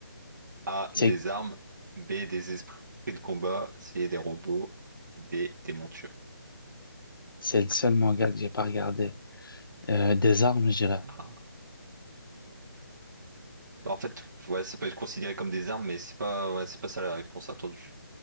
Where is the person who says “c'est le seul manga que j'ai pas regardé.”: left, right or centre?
Left